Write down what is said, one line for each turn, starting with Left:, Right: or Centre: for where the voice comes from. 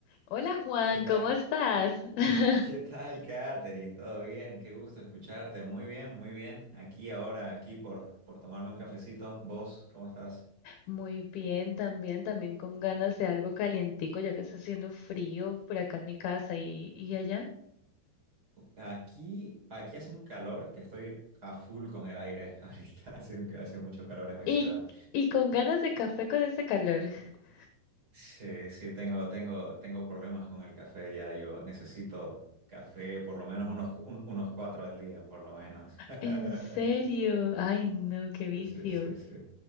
Left: Hola Juan,
Right: ¿Qué tal?
Left: ¿cómo estás? <laughs>
Right: ¿Qué tal, Katherine? ¿Todo bien? Qué gusto escucharte. Muy bien, muy bien. Aquí ahora, aquí por, por tomarme un cafecito. ¿Vos cómo estás?
Left: Muy bien, también, también con ganas de algo calientico, ya que está haciendo frío por acá en mi casa y, y allá.
Right: Aquí, aquí hace un calor que estoy a full con el aire. <laughs> Ahorita hace, un- hace mucho calor en mi
Left: Y,
Right: ciudad.
Left: y con ganas de café con este calor. <laughs>
Right: Sí, sí, tengo, tengo, tengo problemas con el café ya. Yo necesito café por lo menos unos, cu- un- unos cuatro al día, por lo menos.
Left: En
Right: <laughs>
Left: serio, ay no, qué
Right: Sí,
Left: vicio.
Right: sí, sí, sí.